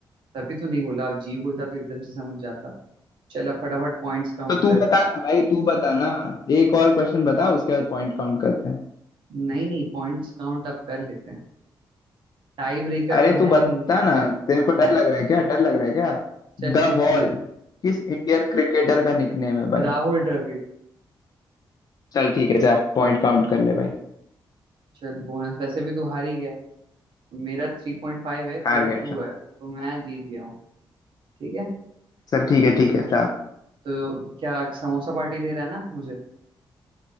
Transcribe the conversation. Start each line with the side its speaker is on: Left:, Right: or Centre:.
Right: तभी तो नहीं बोला आप जी बोलता तो एकदम से समझ जाता चल अब फटाफट पॉइंट्स काउंट
Left: तो तू
Right: कर
Left: बताना भाई तू बताना एक और क्वेश्चन बता उसके बाद पॉइंट काउंट करते हैं
Right: नहीं नहीं पॉइंट्स काउंट अब कर लेते हैं टाई ब्रेकर
Left: अरे
Right: तो
Left: तू
Right: है
Left: बता
Right: नहीं
Left: ना तेरे को डर
Right: मैं
Left: लग रहा है क्या डर लग रहा है क्या
Right: चल
Left: द
Right: पूछ
Left: वॉल
Right: ले
Left: किस इंडियन क्रिकेटर का निकनेम है भाई
Right: राहुल द्रविड़
Left: चल ठीक है जा पॉइंट काउंट कर ले भाई
Right: चल बोनस वैसे भी तू हार ही गया मेरा थ्री पॉइंट फाइव है तेरा
Left: हार गया
Right: टू
Left: चल
Right: है तो मैं जीत गया हूँ ठीक है
Left: चल ठीक है ठीक है जा
Right: तो क्या समोसा पार्टी दे रहा है ना मुझे